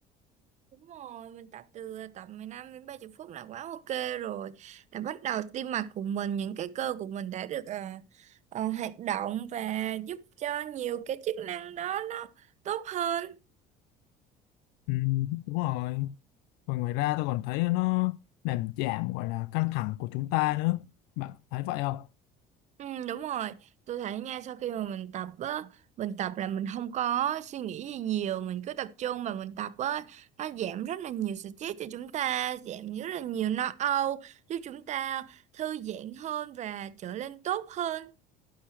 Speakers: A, on the right; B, on the left.
A: Đúng rồi, mình tập từ tập mười 15 đến 30 phút là quá ok rồi. Là bắt đầu tim mạch của mình, những cái cơ của mình đã được à, ờ, hoạt động và giúp cho nhiều cái chức năng đó nó tốt hơn
B: ừ, đúng rồi còn ngoài ra tôi còn thấy nó làm giảm gọi là căng thẳng của chúng ta nữa bạn thấy vậy không
A: Ừ, đúng rồi tôi thấy nha sau khi mà mình tập á mình tập là mình không có suy nghĩ gì nhiều mình cứ tập trung và mình tập á nó giảm rất là nhiều stress cho chúng ta giảm rất là nhiều lo âu giúp chúng ta thư giãn hơn và trở nên tốt hơn